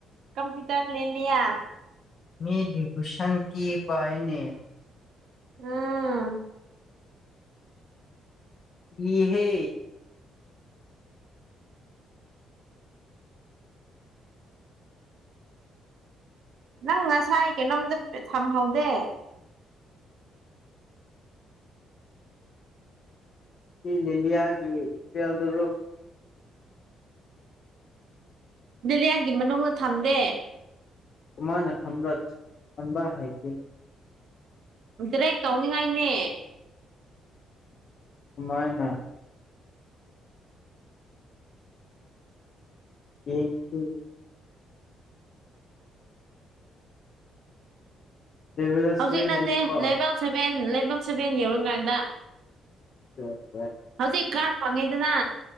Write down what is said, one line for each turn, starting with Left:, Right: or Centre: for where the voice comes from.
Right: ꯀꯝꯄꯌꯨꯇꯔ ꯂꯂꯤꯌꯥ
Left: ꯃꯤ ꯗꯤꯚꯁꯟ ꯀ ꯄꯥꯏꯅꯦ
Right: ꯑꯝ
Left: ꯏꯍꯦ
Right: ꯅꯪ ꯉꯁꯥꯏ ꯀꯩꯅꯣꯝꯗ ꯊꯝꯍꯧꯗꯦ
Left: ꯁꯤ ꯅꯅꯤꯌꯥꯒꯤ ꯀꯦꯜꯗꯣ
Right: ꯗꯂꯤꯌꯥꯌꯥꯒꯤ ꯃꯅꯨꯡꯗ ꯊꯝꯗꯦ
Left: ꯀꯃ ꯅ ꯊꯝꯔꯠ ꯑꯟꯕ ꯍꯥꯏꯅꯤ
Right: ꯁꯤꯔꯦꯛ ꯇꯧꯅꯤꯡꯉꯥꯏꯅꯦ
Left: ꯀꯃꯥꯏꯅ ꯌꯦꯁꯨ ꯂꯦꯚꯦꯜ ꯁꯚꯦꯟꯗꯅꯤꯀꯣ
Right: ꯍꯧꯖꯤꯛ ꯅꯠꯇꯦ ꯂꯩꯕꯥꯛ ꯁꯚꯦꯟ ꯂꯩꯕꯥꯛ ꯁꯚꯦꯟ ꯌꯧꯔꯝꯀꯥꯟꯗ
Left: ꯑ
Right: ꯍꯧꯖꯤꯛ ꯀꯥꯔ ꯐꯪꯉꯤꯗꯅ